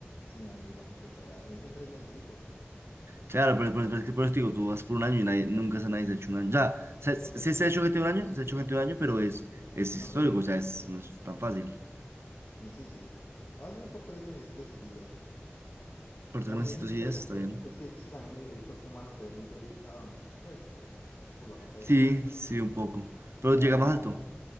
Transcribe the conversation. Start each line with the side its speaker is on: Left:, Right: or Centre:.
Left: Sí, un año es bastante exagerado. Si me dicen tres mesecitos,
Right: Claro, pero, pero- pero es que por eso te digo, tú vas por un año y nadie, nunca se, nadie se ha hecho un año. O sea, se,
Left: creo que
Right: se,
Left: sí,
Right: se
Left: ya
Right: ha hecho
Left: dije tres
Right: gente un
Left: años.
Right: año, se ha hecho gente un año, pero es, es
Left: No
Right: histórico,
Left: seguir.
Right: o sea, es, no es tan fácil.
Left: Y sí, sí. No, yo por tres mesecitos iría.
Right: Por tres
Left: También
Right: mesecitos
Left: interesante,
Right: y días, está bien.
Left: es que, es que también el, el cuerpo humano se ve muy debilitado, ¿no? Pues, por la falta de
Right: Sí,
Left: gravedad.
Right: sí, un poco. Pero
Left: La,
Right: llega
Left: la,
Right: más alto.